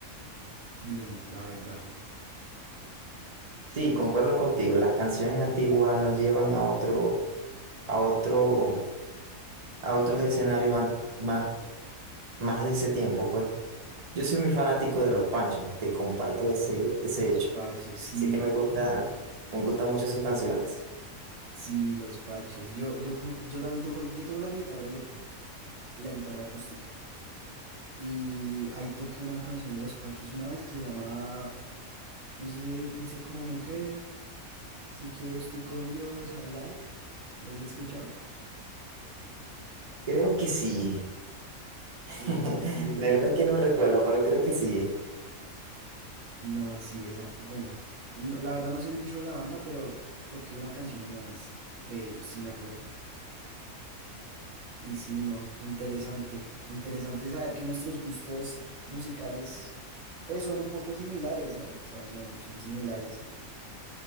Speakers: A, on the right (about 60°); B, on the right (about 35°).
A: Bien, la verdad.
B: Sí, concuerdo contigo, las canciones antiguas nos llevan a otro, a otro, a otros escenarios an- más, más de ese tiempo, pues. Yo soy muy fanático de los Panchos, te comparto ese, ese
A: Los
B: hecho.
A: pachos, sí,
B: Así que me gusta,
A: sí,
B: me gustan mucho sus canciones.
A: sí, los pachos. Yo, yo como, yo también toco, yo toco la guitarra eléctrica y la guitarra acústica. Y ahí toqué una canción de los pachos una vez que se llama, no sé, dice como mujer, si quieres tú con Dios hablar. has escuchado?
B: Creo que sí. <laughs>
A: Esa- sí,
B: De
A: esa-
B: verdad que no recuerdo, pero creo que sí.
A: no, sí, exacto. Bueno, no- la verdad no sé mucho de la banda, pero toqué una canción una vez de ellos, sí me acuerdo. Y sí, no, interesante. Interesante saber que nuestros gustos musicales, pues son un poco similares, ¿no? O sea, son, son similares.